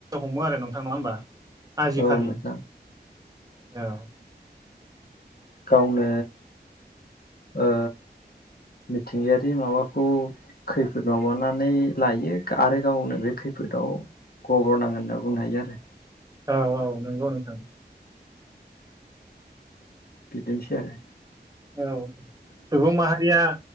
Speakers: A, on the right; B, on the left.
A: हमो आरो नोंथां नङा होमबा आजिखालि
B: औ नोंथां
A: औ
B: गावनो ओ मिथिंगायारि माबाखौ खैफोद माबानानै लायो आरो गावनो बे खैफोद दाव गब्र' नांगोन होनना बुंनो हायो आरो
A: औ औ नंगौ नोंथां
B: बिदिनोसै आरो
A: औ सुबुं माहारिया